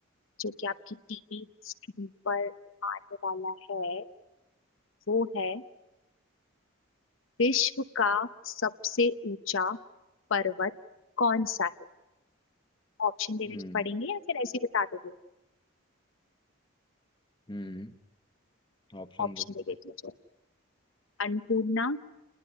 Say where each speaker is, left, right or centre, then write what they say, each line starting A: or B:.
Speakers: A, on the left (about 70°); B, on the left (about 20°).
A: जो कि आपकी टीवी स्क्रीन पर आने वाला है वो है विश्व का सबसे ऊंचा पर्वत कौन सा है ऑप्शन देने
B: हम्म
A: पड़ेंगे या फिर ऐसे ही बता दोगे
B: हम्म ऑप्शन
A: ऑप्शन
B: दो
A: दे देती हूँ चलो। अन्नपूर्णा